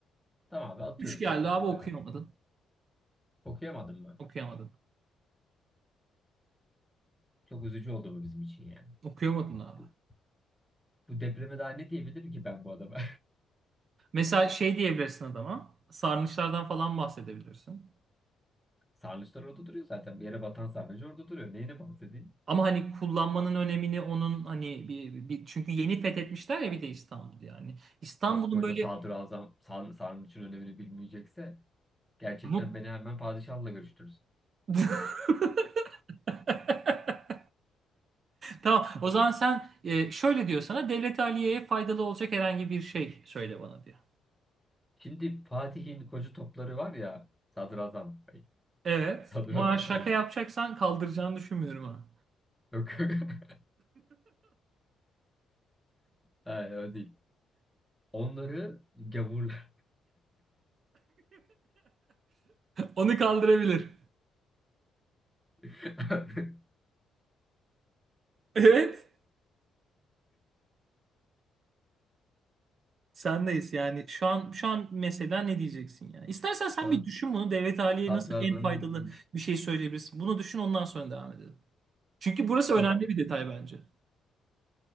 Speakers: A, in the centre; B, on the right.
A: Tamam abi atıyorum
B: üç geldi
A: sekizlik
B: abi
A: sarı.
B: okuyamadın.
A: Okuyamadım mı?
B: Okuyamadın.
A: Çok üzücü oldu bu bizim için yani.
B: Okuyamadın abi.
A: Bu, bu depreme daha ne diyebilirim ki ben bu adama?
B: Mesela şey diyebilirsin adama. Sarnıçlardan falan bahsedebilirsin.
A: <laughs> Sarnıçlar orada duruyor zaten. Bir yere batan sarnıcı orada duruyor. Neyine bahsedeyim?
B: Ama hani kullanmanın önemini onun hani bir, bir- çünkü yeni fethetmişler ya bir de İstanbul yani. İstanbul'un
A: koskoca
B: böyle
A: sadrazam Sar- sarnıcın önemini bilmeyecekse gerçekten
B: mut
A: beni hemen padişahla görüştürürüz.
B: <laughs> <laughs> Tamam. O zaman sen e, şöyle diyor sana devlet Aliye'ye faydalı olacak herhangi bir şey söyle bana diyor.
A: Şimdi Fatih'in koca topları var ya sadrazam bey.
B: Evet.
A: <laughs> Sadrazam
B: Ama şaka
A: bey.
B: yapacaksan kaldıracağını düşünmüyorum ha.
A: Yok. <laughs> Hayır, o değil. Onları gavurlar.
B: <laughs> Onu kaldırabilir.
A: <laughs>
B: Evet. Sendeyiz yani. Şu an şu an mesela ne diyeceksin yani? İstersen sen
A: Şu an
B: bir düşün bunu. Devlet Aliye'ye
A: sadrazamın
B: nasıl en faydalı bir şey söyleyebilirsin. Bunu düşün ondan sonra devam edelim. Çünkü burası
A: tamam.
B: önemli bir detay bence.